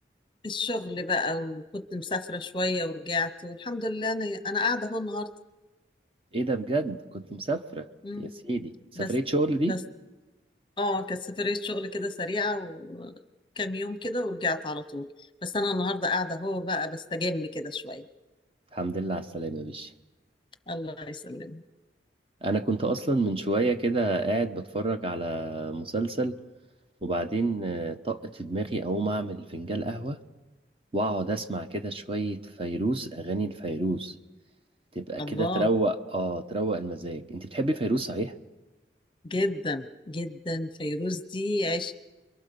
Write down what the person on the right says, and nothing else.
ايه ده بجد كنت مسافرة
يا سيدي سفرية
شغل دي
الحمد لله على السلامة يا باشا
انا كنت اصلا من شوية كده قاعد بتفرج على مسلسل وبعدين آه، طقت في دماغي اقوم اعمل فنجان قهوة واقعد اسمع كده شوية فيروز اغاني الفيروز تبقى
كده تروق اه تروق المزاج انت بتحبي فيروز صحيح